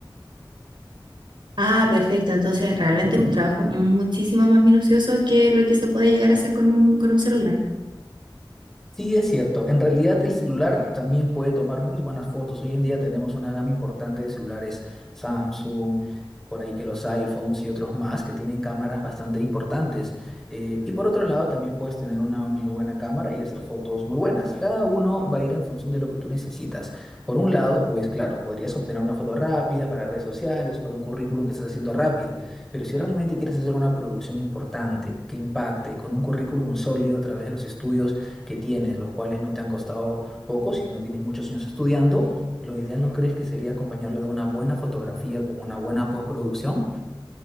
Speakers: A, on the right; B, in the centre.
A: Ah, perfecto. Entonces, realmente es un trabajo muchísimo más minucioso que lo que se puede llegar a hacer con un, con un celular.
B: Sí, es cierto. En realidad el celular también puede tomar muy buenas fotos. Hoy en día tenemos una gama importante de celulares Samsung, por ahí que los iPhones y otros más que tienen cámaras bastante importantes. Eh, y por otro lado también puedes tener una muy buena cámara y hacer fotos muy buenas. Cada uno va a ir en función de lo que tú necesitas. Por un lado, pues claro, podrías obtener una foto rápida para redes sociales o para un currículum que estás haciendo rápido. Pero si realmente quieres hacer una producción importante, que impacte, con un currículum sólido a través de los estudios, que tienes, los cuales no te han costado poco, si no tienes muchos años estudiando, lo ideal no crees que sería acompañarlo de una buena fotografía con una buena postproducción.